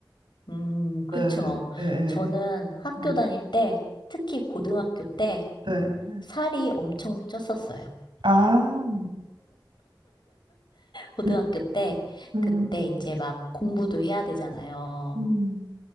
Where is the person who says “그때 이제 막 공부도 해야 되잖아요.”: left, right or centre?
Left